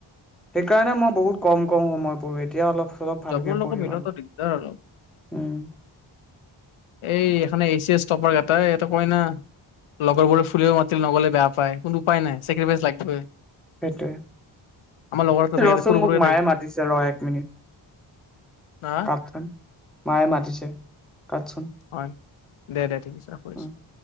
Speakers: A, in the centre; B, on the left (about 75°).
A: সেইকাৰণে মই বহুত কম কম সময় পঢ়ো এতিয়া অলপ চলপ ভালকে
B: জবৰ লগত
A: পঢ়িম
B: মিলোৱাটো
A: আৰু
B: দিগদাৰ আৰু।
A: উম
B: এই এইখনে এ চি এছ টপাৰ কেইটাই ইয়াতে পঢ়ে না। লগৰবোৰে ফুৰিব মাতিলে নগ'লে বেয়া পায়। কিন্তু উপায় নাই চেক্ৰিফাইচ লাগিবই
A: সেইটোৱে। এ,
B: আমাৰ লগৰ এটা থাকে
A: ৰচুন
B: সৰু
A: মোক
B: সৰুকে
A: মায়ে
B: থাকে
A: মাতিছে, ৰ, এক মিনিট।
B: হা
A: কাটচোন। মায়ে মাতিছে। কাটচোন
B: হয়, দে দে ঠিক আছে <unintelligible>
A: উম